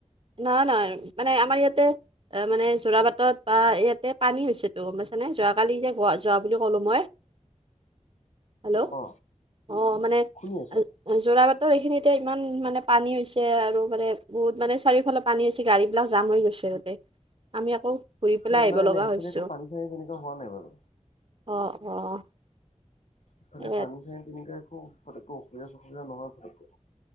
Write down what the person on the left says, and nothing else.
অ
শুনি আছো
অ
নাই
নাই এইফালে
একো পানী চানী তেনেকুৱা হোৱা নাই বাৰু
এইফালে
পানী-চানী তেনেক একো পটককৈ অসুবিধা-চসুবিধা নহয় ফটকৈ।